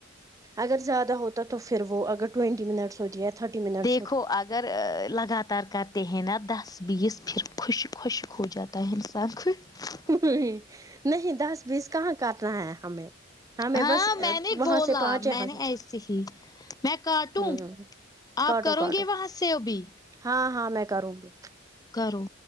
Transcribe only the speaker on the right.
اگر زیادہ ہوتا تو پھر وہ اگر ٹوینٹی منٹس ہوتی تھرٹی منٹ
ہم نہیں دس بیس کہاں کرنہ ہے ہمیں ہمیں
بس
وہاں
سے پانچ یہاں
سے
ہ
کاٹو
کاٹو
ہاں ہاں میں کروں گی